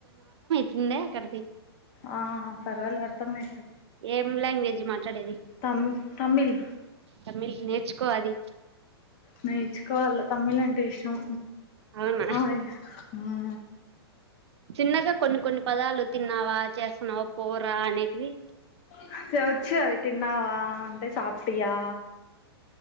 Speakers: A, on the right; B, on the left.
A: తుందా కది <inaudible>
B: ఆ ఆ పర్వాలె అర్థమే
A: ఏం లాంగ్వేజ్ మాట్లాడేది.
B: తమ్ తమిళ్
A: తమిల్ నేర్చుకోవలీ
B: నేర్చుకోవాలి తమ్మిళంటే ఇష్టం
A: అవునా
B: ఆయ్ ఉఉ
A: చిన్నగా కొన్ని కొన్ని పదాలు తిన్నావా, చేస్తున్నావా, పోరా అనేటివి
B: సచ్చు వచ్చు అవి తిన్నావా అంటే సాప్ టియా